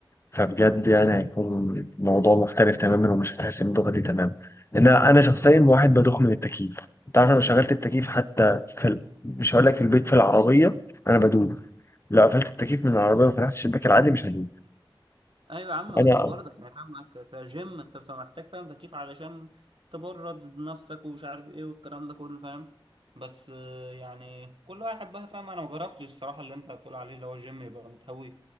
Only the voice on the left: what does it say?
فبجد يعني هيكون الموضوع مختلف تماما ومش هتحس بالدوخه دي تماما انا انا شخصيا واحد بدوخ من التكييف انت عارف لو شغلت التكييف حتى في ال... مش هقول لك في البيت في العربيه انا بدوخ لو قفلت التكييف من العربيه وفتحت الشباك العادي مش هدوخ
انا